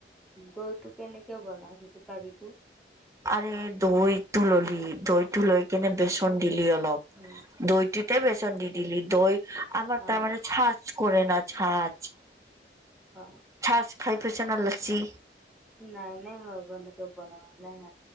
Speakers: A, in the centre; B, on the right.
A: দৈটো কেনেকে বনাই সেইটোকাৰিটো?
B: আৰে দৈটো ললি দৈটো লৈ কেনে বেচন দিলি অলপ
A: উম,
B: দৈ তুতে বেচন দি দিলি দৈ আমাৰ
A: অ
B: তাৰমানে চাছ। কৰে না চাছ,
A: অ,
B: চাছ খাই পাইছানা লাচি।
A: নাই নাই মই নক বনোৱা নাই ন